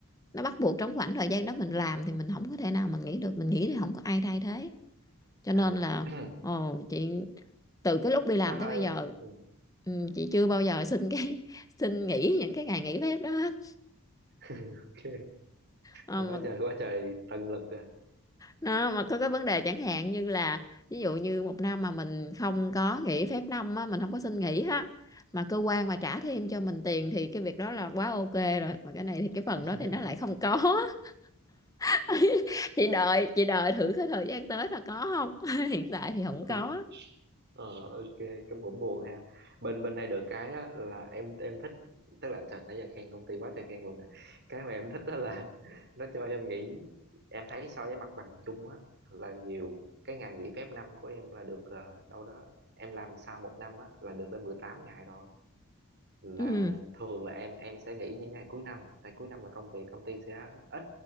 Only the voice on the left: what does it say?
nó bắt buộc trong khoảng thời gian đó mình làm thì mình không có thể nào mình nghỉ được mình nghỉ thì không có ai thay thế cho nên
là
ồ, chị từ cái lúc đi làm
tới bây giờ
ừ, chị chưa bao giờ xin cái <laughs> xin nghỉ những cái ngày nghỉ phép đó hết
Ờ,
mà
Đó, mà có cái vấn đề chẳng hạn như là ví dụ như một năm mà mình không có nghỉ phép năm á, mình không có xin nghỉ á mà cơ quan mà trả thêm cho mình tiền thì cái việc đó là quá ok rồi mà cái này thì cái phần
đó
thì nó lại không có <laughs> chị đợi chị đợi thử cái thời gian tới là có không <laughs> hiện tại thì không
có
ừ